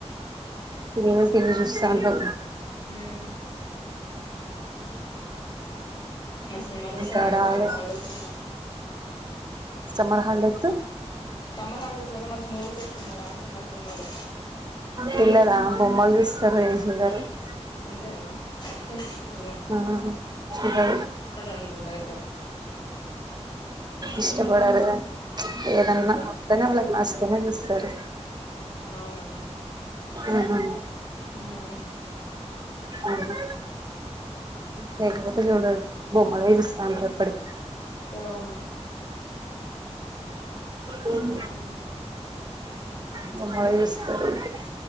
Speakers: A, on the right; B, on the left.
A: ఫుల్ గా టి వి చూస్తా ఉంటాం
B: మ్మ్ మంచి సినిమాలు వొస్తున్నాయాండి
A: ఇంకా రాలే
B: సమ్మర్ హాలిడేస్ గద
A: సమ్మర్ హాలిడేస్ కి
B: సమ్మర్ హాలిడేస్ కదా మంచి మూవీస్ ఏస్తున్నాడా అంటున్నా సినిమాలు
A: పిల్లలా బొమ్మలు చూస్తారు <unintelligible>
B: ఉంటేనా త <unintelligible>
A: ఆహా
B: అనుకుంటా అయితే అవునా
A: ఇష్టపడరు ఏదన్నా
B: ఆహా
A: తనవాళ్ళకు నచ్చితేనే తీసు సరే
B: అవునా
A: ఆహా
B: హ్మ్
A: అవును లేకపోతే చూడాడు బొమ్మాల విస్తా అని చెప్పాడు
B: అవునా
A: హ్మ్
B: ఉహు.
A: మా మావయ్య ఇస్తారైతే